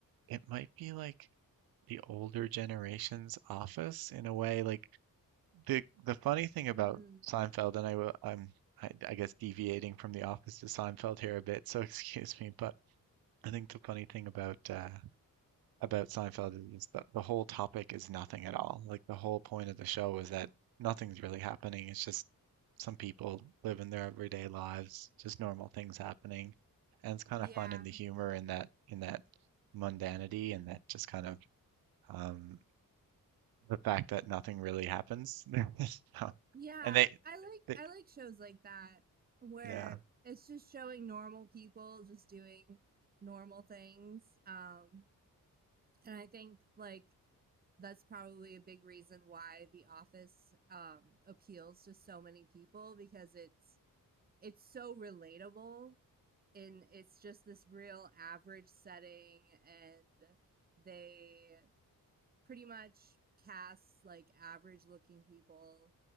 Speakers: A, on the right; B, on the right.
A: it might be like the older generation's Office in a way. Like the the funny thing about
B: Mm.
A: Seinfeld, and I will I'm I, I guess deviating from the Office to Seinfeld here a bit, so <laughs> excuse me, but I think the funny thing about uh, about Seinfeld is that the whole topic is nothing at all. Like the whole point of the show is that nothing's really happening. It's just some people living their everyday lives, just normal things happening, and it's kind
B: Yeah.
A: of fun in the humor in that in that mundanity and that just kind of um, the fact that nothing really happens. <laughs> So-
B: Yeah.
A: And they,
B: I like
A: they
B: I like shows like that where
A: yeah.
B: it's just showing normal people just doing normal things. Um and I think like that's probably a big reason why The Office um appeals to so many people because it's it's so relatable and it's just this real average setting and they pretty much cast like average looking people